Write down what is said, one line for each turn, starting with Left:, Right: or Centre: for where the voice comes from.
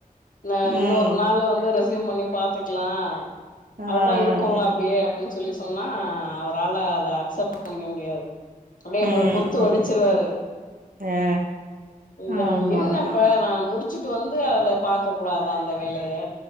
Left: ந
Right: ம்
Left: இன்னொரு நாளு வந்து ரெசூம் பண்ணி பாத்துக்கலாம்
Right: ஆ
Left: அதுதா
Right: ஆ
Left: இருக்குலே அப்படியே அப்பிடின்னு சொ சொல்லி சொன்னா அவரால அத அக்செப்ட் பண்ணிக்க முடியாது அப்படியேப்ப
Right: ம்
Left: புத்து
Right: ம்
Left: ஒடிச்சிருவாரு
Right: ம் ஆ
Left: யா
Right: ஆமா
Left: என்னப்பா
Right: ஆமா
Left: நாம முடிச்சுட்டு வந்து அத பாக்க கூடாதா அந்த வேலைய